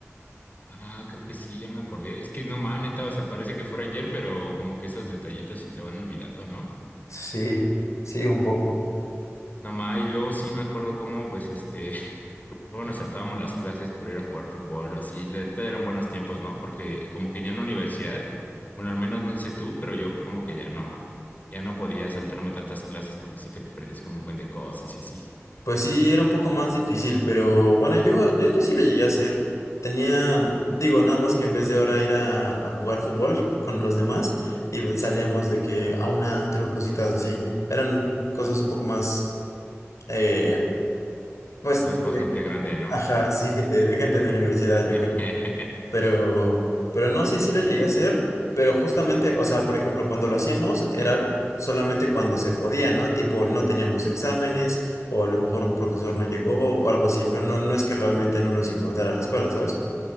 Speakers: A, on the left; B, on the left.
A: Ah, creo que sí, ya me acordé. Es que no ma, neta, o sea, parece que fuera ayer, pero como que esos detallitos se te van olvidando, ¿no?
B: Sí, sí, un poco.
A: No ma, y luego sí me acuerdo cómo, pues, este. bueno saltábamos las clases por ir a jugar fútbol o así. La neta eran buenos tiempos, ¿no? Porque como que ya en la universidad, bueno, al menos no sé tú, pero yo como que ya no, ya no podía saltarme tantas clases porque sí te perdías como un buen de cosas y así.
B: Pues sí, era un poco más difícil, pero bueno, yo, yo, yo sí lo llegué a hacer. Tenía, digo, nada más que en vez de ahora ir a, a jugar fútbol con los demás, y salíamos de que a un antro, cositas así. Eran cosas un poco más, eh, pues,
A: Es más para
B: de-
A: gente grande, ¿no?
B: ajá, sí, de, de gente de universidad, yo
A: <laughs>
B: creo. Pero, pero no, sí, sí lo llegué a hacer, pero justamente, o sea, por ejemplo, cuando lo hacíamos era solamente cuando se podía, ¿no? Tipo, no teníamos exámenes, o a lo mejor un profesor no llegó, o algo así. No, no, no es que realmente no nos importara la escuela, ¿sabes?